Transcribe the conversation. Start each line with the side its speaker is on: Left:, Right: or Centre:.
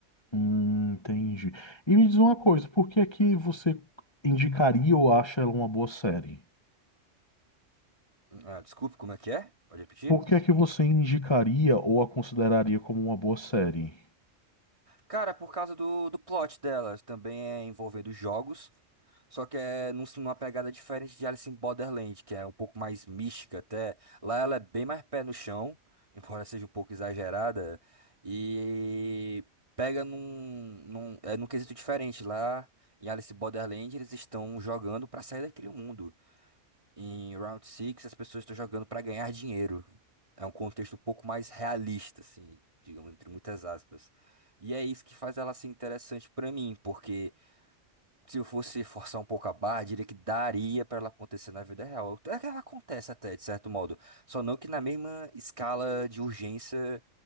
Left: Hum, entendi. E me diz uma coisa, por que é que você indicaria ou acha ela uma boa série?
Right: Ah, desculpe, como é que é? Pode repetir?
Left: Por que é que você indicaria ou a consideraria como uma boa série?
Right: Cara, por causa do, do plot delas, também é envolvendo jogos, só que é num- numa pegada diferente de Alice in Borderland, que é um pouco mais mística até. Lá ela é bem mais pé no chão, <laughs> embora seja um pouco exagerada, e pega num, num, é num quesito diferente. Lá em Alice in Borderland, eles estão jogando pra sair daquele mundo. Em Round Six as pessoas estão jogando para ganhar dinheiro. É um contexto um pouco mais realista, assim, digamos, entre muitas aspas. E é isso que faz ela ser interessante para mim, porque se eu fosse forçar um pouco a barra, diria que daria para ela acontecer na vida real. Até que ela acontece até, de certo modo. Só não que na mesma escala de urgência